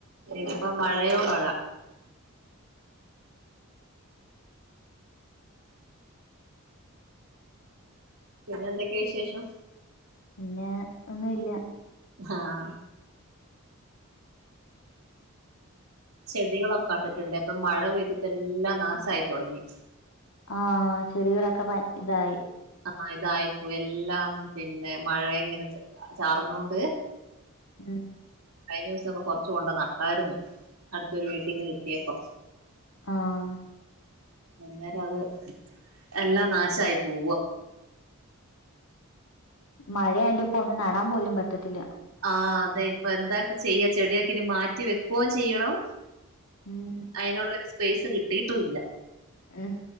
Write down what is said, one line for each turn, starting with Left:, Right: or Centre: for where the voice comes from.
Right: ഇപ്പം മഴയോ മഴ പിന്നെന്തക്ക്യാ വിശേഷം
Left: പിന്നേ ഒന്നുവില്ല്യ
Right: ആഹ് ചെടികളൊക്കെ നട്ടിട്ട്ണ്ട് ഇപ്പം മഴ പെയ്തിട്ടെല്ലാം നാശായി തൊടങ്ങി
Left: ആഹ് ചെടികളക്കെ പൻ ഇതായി
Right: അഹ് അഹ് ഇതായിപ്പോയി എല്ലാം പിന്നെ മഴ ഇങ്ങനെ ചാ ചാറ്ന്നോണ്ട്
Left: ഉം
Right: കഴിഞ്ഞൂസൊക്കെ കൊറച്ച് കൊണ്ട് നട്ടാരുന്നു അടുത്തൊരു വീട്ടിന്ന് കിട്ടിയപ്പം
Left: ആഹ്
Right: അന്നേരം അത് എല്ലാം നാശായി പോവ.
Left: മഴയായോണ്ട് ഇപ്പൊ ഒന്നും നടാൻ പോലും പറ്റത്തില്ല.
Right: ആ അതെ. ഇപ്പൊ എന്താപ്പ ചെയ്യാ ചെടിയൊക്കെ ഇനി മാറ്റി വെക്ക്വായും ചെയ്യണം.
Left: ഉം
Right: അയ്നുള്ളൊരു സ്പേയ്സ് കിട്ടീട്ടും ഇല്ല.
Left: ഉം